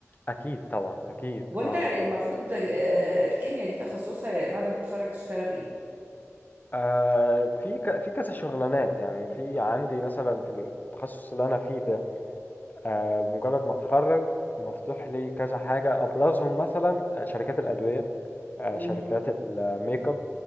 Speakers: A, on the left; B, on the right.
A: أكيد طبعا أكيد
B: هو انت
A: اه
B: المفروض آه، الكيمياء دي تخصصها بعد ما تتخرج تشتغل ايه
A: آه، في ك- في كذا شغلانات يعني في عندي مثلا في التخصص اللي أنا فيه ده آه، مجرد ما أتخرج مفتوح لي كذا حاجة أبرزهم مثلا آه، شركات الأدوية آه،
B: مم.
A: شركات الميك اب